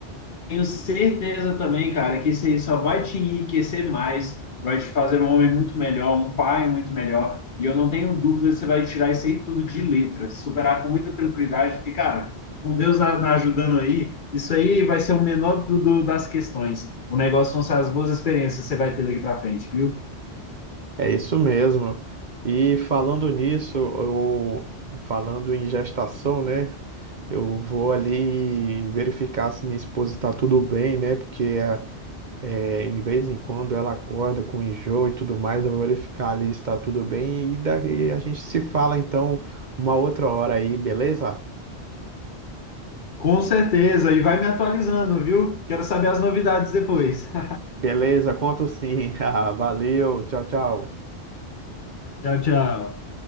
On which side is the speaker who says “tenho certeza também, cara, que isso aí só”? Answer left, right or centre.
Left